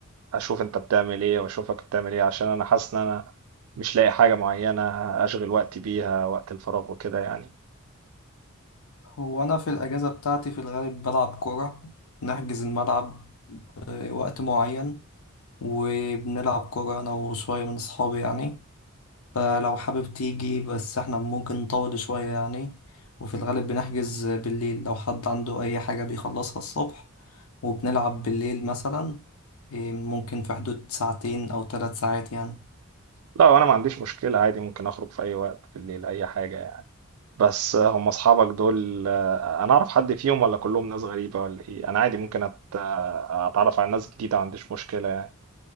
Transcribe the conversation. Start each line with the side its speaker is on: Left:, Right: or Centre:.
Right: اشوف انت بتعمل ايه واشوفك بتعمل ايه عشان انا حاسس ان انا مش لاقي حاجة معينة اشغل وقتي بيها وقت الفراغ وكده يعني
Left: هو أنا في الأجازة بتاعتي في الغالب بلعب كورة نحجز الملعب آه، وقت معين وبنلعب كورة أنا وشوية من أصحابي يعني فلو حابب تيجي بس احنا ممكن نطول شوية يعني وفي الغالب بنحجز بالليل لو حد عنده أي حاجة بيخلصها الصبح وبنلعب بالليل مثلا آه، ممكن في حدود ساعتين أو ثلاث ساعات يعني
Right: لا انا ما عنديش مشكلة عادي ممكن اخرج في اي وقت بالليل اي حاجة يعني بس هم اصحابك دول آه، انا اعرف حد فيهم ولا كلهم ناس غريبة ولا ايه انا عادي ممكن أت... اتعرف على ناس جديدة ما عنديش مشكلة يعني